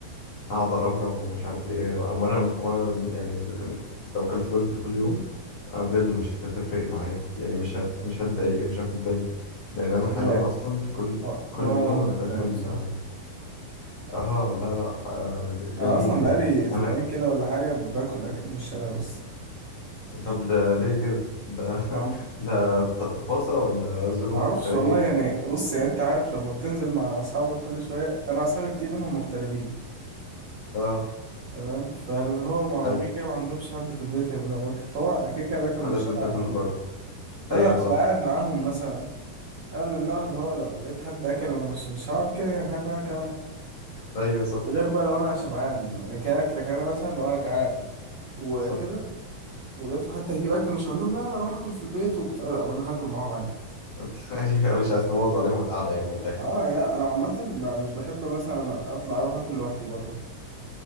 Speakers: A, on the left; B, on the right.
A: أقعد أرمرم ومش عارف إيه وأنا وأنا يعني ز- لو أكلت برجر كل يوم أنا بجد مش هتفرق معايا يعني مش هت مش هتضايق مش هاخد بالي لأن أنا حاليا
B: اه
A: أصلا كل
B: آه،
A: كل
B: وانا
A: يوم أنا باكل
B: لا، بصراحة
A: آه آه، لا لا آه ج-
B: انا
A: جميل
B: اصلا
A: يعني
B: بقالي اسبوعين
A: أنا
B: كده ولا حاجة باكل اكل من الشارع بس
A: طب ده ليه كده ده <laughs>
B: ما
A: ده ت- تفاصيل ولا ظروف
B: ما اعرفش
A: خارجية
B: والله يعني بص يعني انت عارف لما بتنزل مع اصحابك كل شوية انا اصحابي كتير منهم مغتربين
A: اه
B: تمام فاللي هو ما
A: حلو
B: كده كده ما عندهمش حد في البيت يعمل لهم اكل فهو كده كده بياكلوا
A: فلازم
B: من الشارع
A: تاكل
B: على طول
A: بره
B: فانا
A: ايوه
B: ببقى
A: صح
B: قاعد معاهم مثلا انا من النوع اللي هو لو لقيت حد اكل انا مش مش هقعد كده يعني هاكل انا كمان
A: ايوه صح
B: غير بقى لو انا شبعان يعني كاكل انا مثلا لو انا جعان وكده
A: صح
B: ولقيته حد هيجيب اكل مش هقول لهم لا انا اروح اكل في البيت وبتاع لا انا هاكل معاهم عادي
A: انت <laughs> أيوة، مش عايز تبوظ عليهم القعدة يعني من الآخر
B: اه يا انا عامه ما- مش بحب مثلا اطلع اروح اكل لوحدي بره